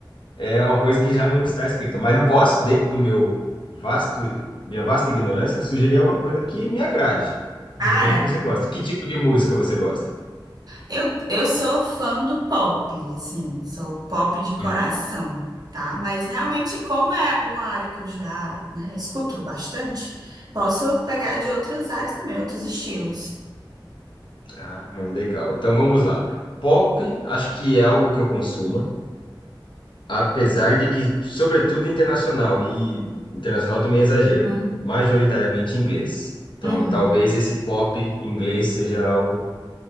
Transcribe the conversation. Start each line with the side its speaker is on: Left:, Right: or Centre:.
Left: é uma coisa que já não está escrita. Mas eu posso, dentro do meu vasto minha vasta ignorância, sugerir alguma coisa que me agrade. De
Right: Ah,
Left: repente você gosta. Que tipo de música você gosta?
Right: eu, eu sou fã do pop, assim, sou pop de coração,
Left: Hum.
Right: tá? Mas realmente, como é uma área que eu já, né, escuto bastante, posso pegar de outras áreas também, outros estilos.
Left: Ah, legal. Então vamos lá. Pop, acho que é algo que eu consumo, apesar de que, sobretudo internacional, e internacional também é exagero,
Right: Uhum.
Left: majoritariamente inglês. Então
Right: Uhum.
Left: talvez esse pop inglês seja algo